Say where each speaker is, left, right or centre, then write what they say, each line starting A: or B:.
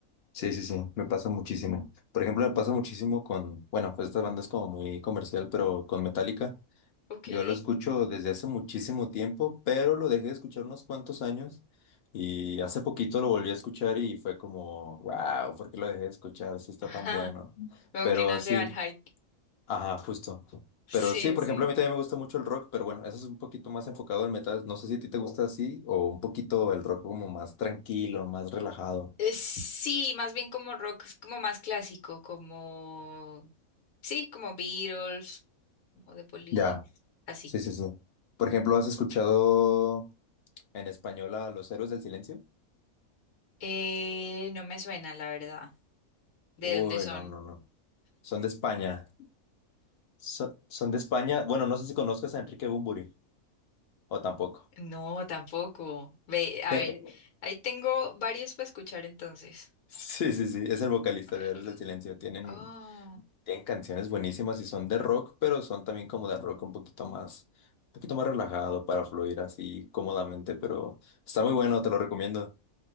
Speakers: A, on the left; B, on the left.
A: Sí, sí, sí, me pasa muchísimo. Por ejemplo, me pasa muchísimo con, bueno, pues esta banda es como muy comercial, pero con Metallica.
B: Ok.
A: Yo
B: <laughs>
A: lo escucho desde hace muchísimo tiempo, pero lo dejé de escuchar unos cuantos años y hace poquito lo volví a escuchar y fue como, wow, ¿por qué lo dejé de escuchar? Eso está
B: Ajá,
A: tan bueno.
B: Como
A: Pero
B: que no
A: sí,
B: se va el hype.
A: ajá, justo.
B: Sí,
A: Pero sí, por
B: sí.
A: ejemplo, a mí también me gusta mucho el rock, pero bueno, eso es un poquito más enfocado al metal. No sé si a ti te gusta así o un poquito el rock como más tranquilo, más relajado.
B: Eh, Sí, más bien como rock, es como más clásico, como, sí, como Beatles, como The Police,
A: Ya.
B: así.
A: Sí, sí, sí. Por ejemplo, ¿has escuchado en español a Los Héroes del Silencio?
B: Eh, no me suena, la verdad. ¿De
A: Uy,
B: dónde son?
A: no, no, no. Son de España. So- son de España. Bueno, no sé si conozcas a Enrique Bunbury o tampoco.
B: No,
A: <laughs>
B: tampoco. Ve, a
A: Eh,
B: ver, ahí tengo varios para escuchar entonces.
A: Sí, sí, sí. Es el vocalista
B: A ver,
A: de Héroes
B: lo-
A: del Silencio. Tienen,
B: Oh,
A: tienen canciones buenísimas y son de rock, pero son también como de rock un poquito más, un poquito más relajado para fluir así cómodamente, pero está muy bueno, te lo recomiendo.